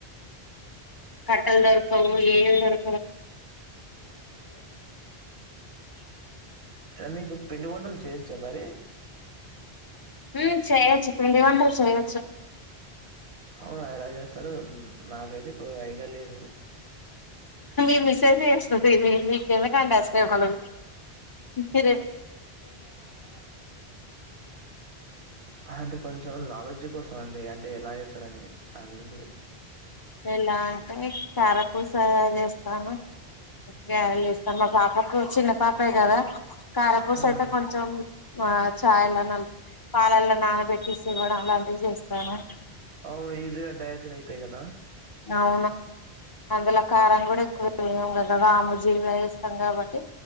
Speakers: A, on the left; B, on the right.
A: కట్టల్ దోరుకవు ఎం దొర్
B: అమేకు పిండి వంటలు చేయొచ్చ మరి
A: మ్ చేయొచ్చు పిండి వంటలు చేయొచ్చు
B: అవునా ఎలా చేస్తారు నాకైతే ఐడియా లేదు
A: మీ మిసేజ్ చేస్తతి మీక్ ఎందుకండి ఆ శ్రమలు మీర్
B: అంటే కొంచెం నాలెడ్జ్ కోస్ అంటే ఎలా చేస్తారని అదేం లేదు
A: ఎలా అంటే కారపూస చేస్తాను గ్యారెలు చేస్తా మా పాపకు చిన్న పాప పే కదా కారపూస
B: మ్మ్
A: అయితే కొంచెం ఆ చాయలా నపి పాలల్లో నానబెట్టిసి ఇవ్వడం అలాంటివి చేస్తాను
B: అవును ఈజిగా డయార్జిన్ అయితయి కదా
A: అవును అందులో కారం కూడా ఎక్కువ వేయం కదా వాముజీర వే ం కాబట్టి